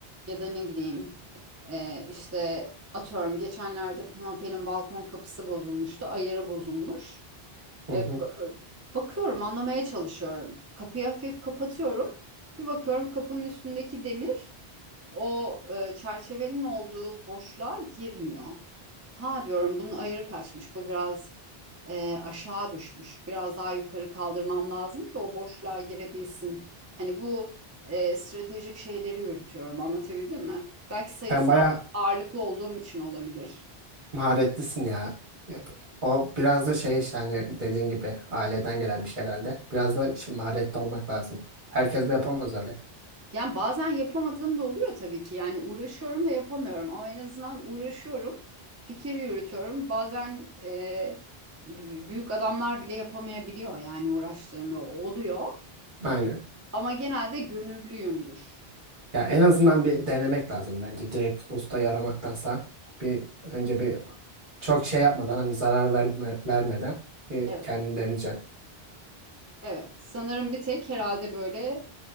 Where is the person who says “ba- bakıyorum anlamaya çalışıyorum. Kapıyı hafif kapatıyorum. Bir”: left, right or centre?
Right